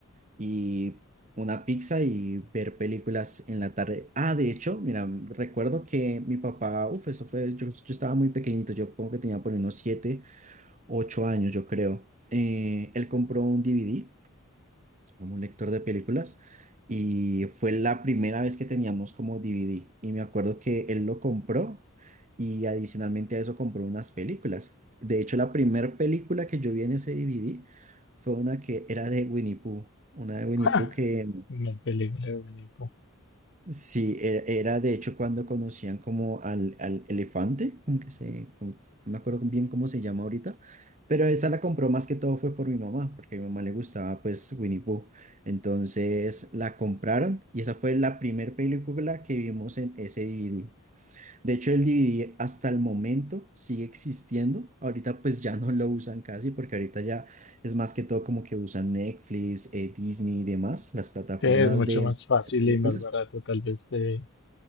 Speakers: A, on the right; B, on the left.
A: y una pizza y ver películas en la tarde. Ah, de hecho, mira, recuerdo que mi papá, uff, eso fue, yo, yo estaba muy pequeñito, yo pongo que tenía por ahí unos siete ocho años, yo creo. Eh, él compró un DVD como un lector de películas y fue la primera vez que teníamos como DVD y me acuerdo que él lo compró y adicionalmente a eso compró unas películas. De hecho, la primera película que yo vi en ese DVD fue una que era de Winnie Pooh, una de Winnie
B: <laughs>
A: Pooh que
B: Una película de Menipo.
A: Sí, era, era de hecho cuando conocían como al, al elefante, como que se, como- no me acuerdo bien cómo se llama ahorita, pero esa la compró más que todo fue por mi mamá, porque a mi mamá le gustaba pues Winnie Pooh. Entonces la compraron y esa fue la primer película que vimos en ese DVD. De hecho el DVD hasta el momento sigue existiendo, ahorita pues ya no lo usan casi porque ahorita ya es más que todo como que usan Netflix, eh, Disney y demás, las plataformas
B: Sí, es mucho
A: de
B: más fácil
A: de películas.
B: y más barato tal vez de,